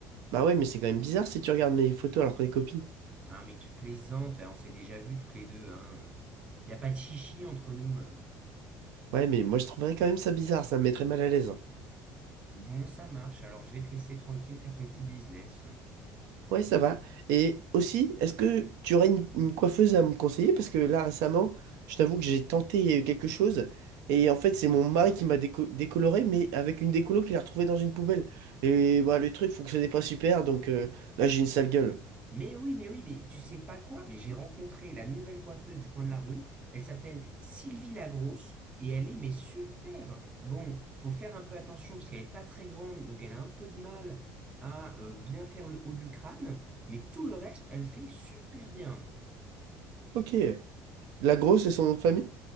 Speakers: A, on the right; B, on the right.
A: Bah, ouais, mais c'est quand même bizarre si tu regardes mes photos alors qu'on est copines.
B: Ah, mais tu plaisantes, hein. on s'est déjà vus toutes les deux, hein. Y a pas de chichi entre nous. hein.
A: Ouais, mais moi, je trouverais quand même ça bizarre, ça me mettrait mal à l'aise. hein.
B: Bon, ça marche, alors je vais te laisser tranquille faire ton petit business.
A: Ouais, ça va. Et aussi, est-ce que tu aurais une, une coiffeuse à me conseiller? Parce que là, récemment, je t'avoue que j'ai tenté euh, quelque chose. Et en fait, c'est mon mari qui m'a déco- décoloré, mais avec une décolo qu'il a retrouvée dans une poubelle. Et bah, le truc fonctionnait pas super, donc euh, là, j'ai une sale gueule.
B: Mais oui, mais oui, mais tu sais pas quoi, mais j'ai rencontré la nouvelle coiffeuse du coin de la rue. Elle s'appelle Sylvie Lagrosse et elle est mais super. Bon, faut faire un peu attention parce qu'elle est pas très grande, donc elle a un peu de mal à euh, bien faire le haut du crâne, mais tout le reste, elle fait super bien.
A: Ok. La grosse et son nom de famille?